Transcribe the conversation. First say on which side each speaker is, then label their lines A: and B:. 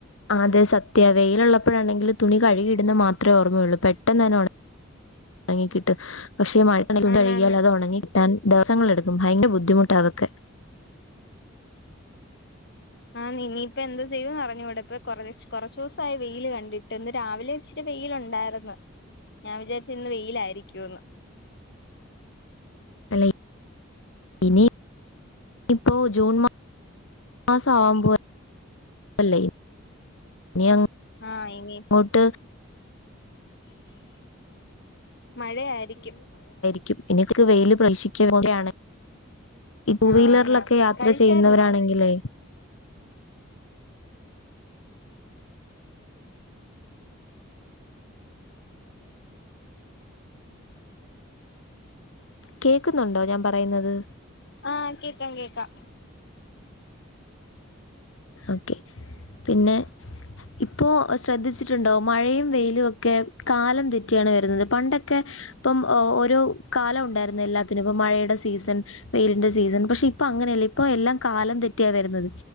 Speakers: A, on the left; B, on the left.
A: അതെ സത്യാ വെയിലുള്ളപ്പോഴാണെങ്കിൽ തുണി കഴുകി ഇടുന്ന മാ ത്രേ ഓർമ്മയള്ളൂ പെട്ടെന്ന് തന്നെ ഉണങ്ങി കി ട്ടും പക്ഷെ മഴ <unintelligible>
B: ആന്നാന്ന്
A: കഴുകിയാൽ അത് ഉണങ്ങി കിട്ടാൻ ദിവസങ്ങൾ എടുക്കും ഭയങ്കര ബുദ്ധിമുട്ടാ അതൊക്കെ
B: ആഹ് ഇനിപ്പാ എന്താ ചെയ്യൂന്ന് അറിഞ്ഞൂടാ ഇപ്പ കൊറ കൊറച്ച് ദിവസായി വെയിൽ കണ്ടിട്ട് ഇന്ന് രാവിലെ ഇച്ചിരി വെയിലുണ്ടാർന്ന് ഞാൻ വിചാരിച്ച് ഇന്ന് വെയിലായിരിക്കുംന്ന്
A: അല്ലെ ഇനിപ്പോ ജൂൺ മാസം ആവാൻ പോവല്ലേ ഇനിയങ്ങോട്ട്
B: ആഹ് ഇനി മഴയായിരിക്കും
A: ക്കും ഇനി <unintelligible> വെയില് <unintelligible> ഈ ടു
B: ആഹ്
A: വീലറിലൊക്കെ യാത്ര
B: കഴിച്ചായിരുന്നോ
A: ചെയ്യുന്നവരാണെങ്കിലേ കേക്കുന്നുണ്ടോ ഞാൻ പറയുന്നത്
B: ആഹ് കേക്കാം കേക്കാം
A: ഓക്കെ പിന്നെ ഇപ്പൊ ശ്രദ്ധിച്ചിട്ടുണ്ടോ മഴയും വെയിലും ഒക്കെ കാലം തെറ്റിയാണ് വരുന്നത് പണ്ടൊക്കെ ഇപ്പം ഓരോ കാലം ഉണ്ടായിരുന്ന് എല്ലാത്തിനും ഇപ്പ മഴയുടെ സീസൺ വെയിലിന്റെ സീസൺ പക്ഷെ ഇപ്പ അങ്ങനെയല്ല ഇപ്പൊ എല്ലാം കാലം തെറ്റിയാ വരുന്നത്